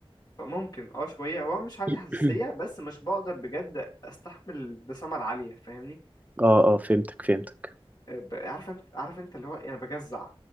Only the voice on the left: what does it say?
ممكن اه شوية هو مش عندي
حساسية بس مش بقدر بجد استحمل الدسامة العالية فاهمني
آه، ب- عارف انت عارف انت اللي هو ايه، انا بجزع